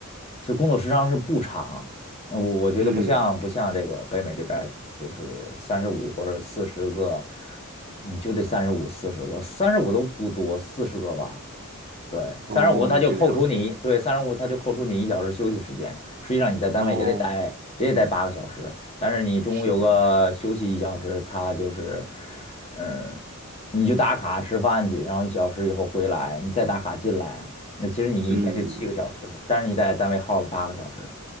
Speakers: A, on the left; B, on the right.
A: 其实工作时长是不长，呃我我觉得不像不像这个北美这边儿就是三十五或者四十个，
B: 嗯，
A: 你就得三十五四十个，三十五都不多，四十个吧，对，三十五他就扣除你，
B: 哦，这个样子，
A: 对，三十五他就扣除你一小时休息时间。实际上你在单位也得待，
B: 哦，
A: 也得待八个小时，但是你中午有个休息一小时，
B: 是的，
A: 他就是，嗯，你就打卡吃饭去，然后一小时以后回来，你再打卡进来，那其实你一天就七个小时，
B: 嗯，
A: 但是你在单位耗了八个小时。